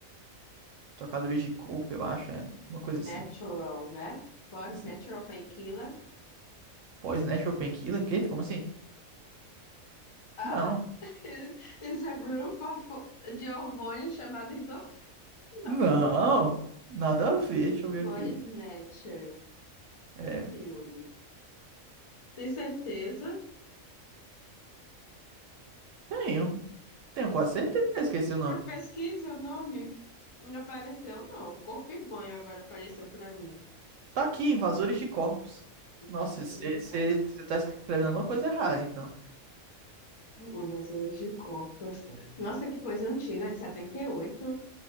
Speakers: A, on the right; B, on the left.
A: Trocadores de corpo, eu acho. É uma coisa assim.
B: Natural, né? Body
A: Sn-
B: Natural Painkiller.
A: Boy Snatcher ou Painkiller? Quê? Como assim?
B: Ah,
A: Não.
B: <laughs> it's a group of, de hormônios chamado endorfina. <laughs>
A: Não. Nada a ver. Deixa eu ver
B: Body
A: aqui.
B: Snatcher.
A: É,
B: Filme. Tem certeza?
A: tenho. Tenho quase certeza que esqueci o nome.
B: Por pesquisa, o nome não apareceu, não. Corpo e banho agora apareceu para mim.
A: Tá aqui, Invasores de Corpos.
B: Invasores
A: Nossa, você
B: de corpo.
A: tá escrevendo alguma coisa errada, então.
B: Invasores de corpo. Nossa, que coisa antiga, de 78.